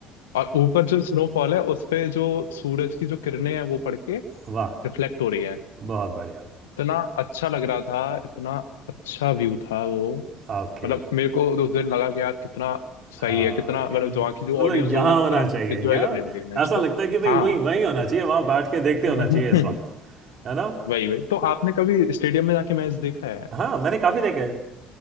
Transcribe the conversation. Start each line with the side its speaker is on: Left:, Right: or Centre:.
Left: और ऊपर जो स्नोफॉल है उस पे जो सूरज की जो किरणें हैं वो पड़ के
Right: वाह
Left: रिफ्लेक्ट हो रही है
Right: बहुत बढ़िया
Left: इतना अच्छा लग रहा था इतना अच्छा व्यू था वो
Right: ओके
Left: मतलब मेरे को उस दिन लगा कि यार कितना
Right: हाँ
Left: सही है कितना
Right: मतलब
Left: मतलब जो आखिर जो ऑडियंस
Right: यहाँ
Left: होगी कितना
Right: होना चाहिए
Left: एंजॉय
Right: क्या
Left: कर रही होगी मैच
Right: ऐसा लगता
Left: को
Right: है कि भाई
Left: हाँ
Right: वहीं वहीं होना चाहिए वहाँ बैठ के देखते
Left: <laughs>
Right: होना चाहिए इस वक्त है ना
Left: वही वही तो आपने कभी स्टेडियम में जाके मैच देखा है
Right: हाँ मैंने काफ़ी देखे